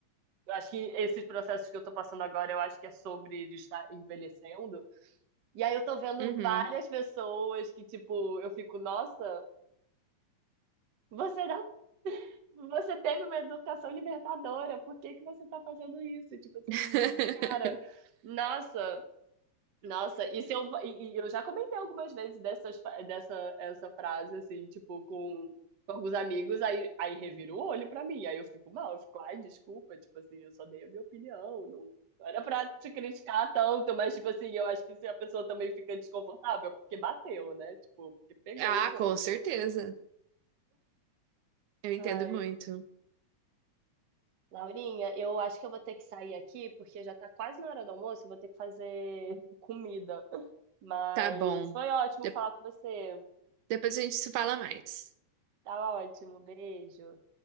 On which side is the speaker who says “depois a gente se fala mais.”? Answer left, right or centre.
Right